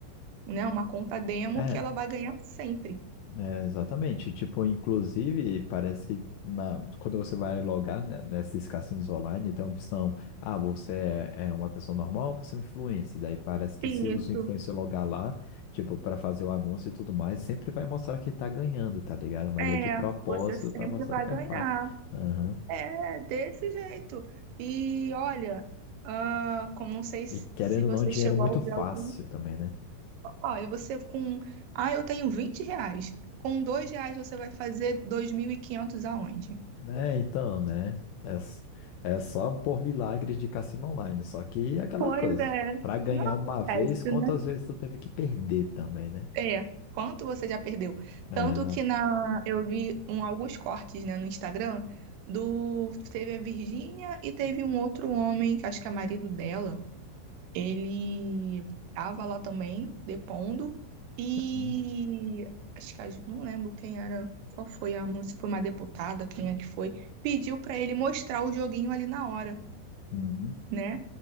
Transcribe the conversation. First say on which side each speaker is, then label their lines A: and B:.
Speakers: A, on the right; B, on the left.
A: né? Uma conta demo
B: É,
A: que ela vai ganhar sempre.
B: É, exatamente. Tipo, inclusive, parece que na, quando você vai logar, né, nesses cassinos online, tem a opção, ah, você é, é uma pessoa normal, você é um influencer. Daí parece que
A: Isso.
B: se os influencers logar lá, tipo, para fazer o anúncio e tudo mais, sempre vai mostrar que tá ganhando, tá ligado? Mas
A: É,
B: é de propósito
A: você sempre
B: para mostrar
A: vai
B: que
A: ganhar.
B: é fácil. Aham.
A: É, desse jeito. E olha, ah, como não sei se,
B: E querendo
A: se você
B: ou não, dinheiro
A: chegou
B: é muito
A: a usar
B: fácil
A: algum.
B: também, né?
A: Olha, você com. Ah, eu tenho 20 reais. Com dois reais você vai fazer 2.500 aonde?
B: Né, então, né? É, s- é só por milagres de cassino online. Só que é aquela
A: Pois
B: coisa.
A: é,
B: Pra ganhar
A: não acontece,
B: uma vez, quantas
A: né?
B: vezes tu teve que perder também, né?
A: É, quanto você já perdeu?
B: É,
A: Tanto
B: exato.
A: que na, eu vi um, alguns cortes, né, no Instagram do teve a Virgínia e teve um outro homem, que acho que é marido dela. Ele estava lá também, depondo, e
B: Uhum,
A: acho que a não lembro quem era, qual foi a moça, se foi uma deputada, quem é que foi, pediu para ele mostrar o joguinho ali na hora,
B: uhum,
A: né?